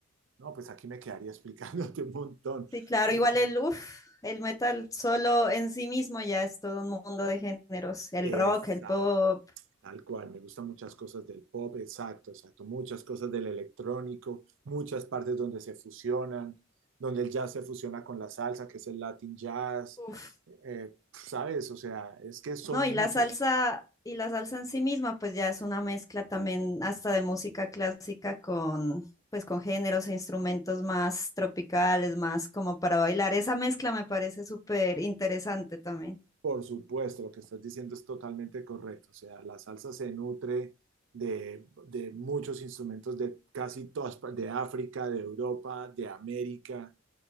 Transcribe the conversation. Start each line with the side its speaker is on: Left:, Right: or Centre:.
Right: no, pues aquí me quedaría <laughs> explicándote un montón,
Left: Sí, claro.
Right: pero
Left: Igual el, uf, el metal solo en sí mismo ya es todo un mundo de géneros. El
Right: esa,
Left: rock, el pop.
Right: tal cual, me gustan muchas cosas del pop, exacto, exacto, muchas cosas del electrónico, muchas partes donde se fusionan, donde el jazz se fusiona con la salsa, que es el Latin jazz,
Left: Uf.
Right: eh, sabes, o sea, es que son
Left: No, y
Right: muchos,
Left: la salsa, y la salsa en sí misma, pues ya es una mezcla también hasta de música clásica con, pues con géneros e instrumentos más tropicales, más como para bailar. Esa mezcla me parece súper interesante también.
Right: Por supuesto, lo que estás diciendo es totalmente correcto. O sea, la salsa se nutre de, de muchos instrumentos de casi todas, par- de África, de Europa, de América,